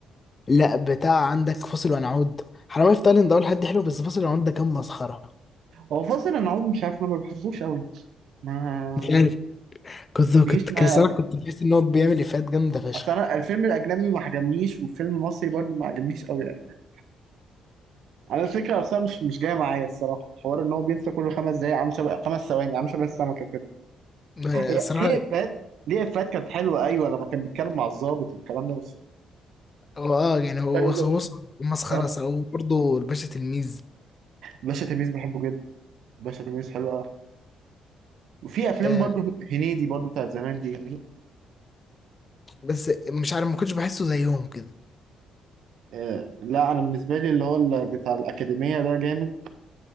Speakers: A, on the left; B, on the right.
A: لا بتاع عندك فاصل ونعود حرامية في تايلاند ده اول حد حلو بس فاصل ونعود ده كان مسخره
B: هو فاصل العود مش عارف انا ما بحبوش قوي ما
A: مش عارف كنت كنت
B: بيجيش معايا
A: كان الصراحة
B: قوي
A: كنت بحس إن هو بيعمل إفيهات جامدة فشخ
B: اصل انا الفيلم الاجنبي ما عجبنيش والفيلم المصري برضه ما عجبنيش قوي يعني انا الفكره اصلا مش مش جايه معايا الصراحه حوار ان هو بينسى كل خمس دقايق عامل شبه خمس ثواني عامل شبه السمكه كده
A: ما-
B: هي
A: الصراحة
B: ليه افيهات ليه افيهات كانت حلوه ايوه لما كان بيتكلم مع الضابط والكلام ده بس
A: هو أه يعني هو
B: ايوه
A: هو
B: لا.
A: مسخرة
B: آه.
A: صراحة وبرضه الباشا تلميذ
B: باشا تلميذ بحبه جدا باشا تلميذ حلو قوي وفي افلام
A: آه
B: برضه هنيدي برضه بتاعت زمان دي جميله
A: بس مش عارف ما كنتش بحسه زيهم كده
B: آه لا انا بالنسبه لي اللي هو ال- بتاع الاكاديميه ده جامد